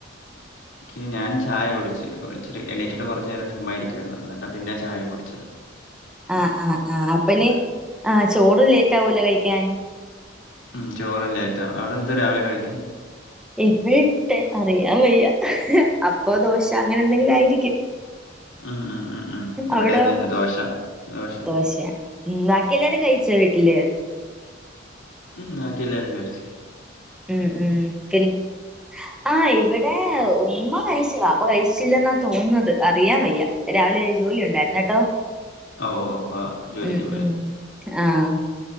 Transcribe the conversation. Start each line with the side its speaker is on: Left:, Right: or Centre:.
Left: ക്ഞാൻ ചായ കുടിച്ച് കുടിച്ച് എണീറ്റിട്ട് കുറച്ചു നേരം ചുമ്മായിരിക്കുവായിരുന്നു എന്നിട്ടാ പിന്നെ ചായ കുടിച്ചത് ആ <inaudible>
Centre: ആഹ് ആഹ് ആഹ് അപ്പനീ ചോറും ലേറ്റ് ആവല്ലോ കഴിക്കാൻ
Left: ഉം ചോറും ലൈറ്റ് ആവും അവിടെ എന്താ രാവിലെ കഴിക്കൻ
Centre: ഇവി ട്ടെ അറിയാം വയ്യ അപ്പ ദോശ അങ്ങനെ എന്തെങ്കിലും ആയിരിക്കും
Left: അഹ് അഹ് അഹ് അഹ് ഇവിടെ
Centre: അവിടോ
Left: അതന്നെ ദോശ ദോശ
Centre: ദോശ ഉം ബാക്കി എല്ലാരും കഴിച്ച വീട്ടില്
Left: ഉം ബാക്കി എല്ലാരും കഴിച്ച്
Centre: ഉം ഉം പിൻ
Left: <inaudible>
Centre: ആഹ് ഇവിടെ ഉമ്മ കഴിച്ച് വാപ്പ കഴിച്ചില്ലെന്നാ തോന്നുന്നത് അറിയാൻ വയ്യ രാവിലെ ജോലി ഉണ്ടായിര്ന്ന് കേട്ടോ
Left: ഓ ഓ അപ്പൊ ജോലിക്ക്
Centre: ഉം
Left: പോയല്ലേ
Centre: ഉം ആഹ്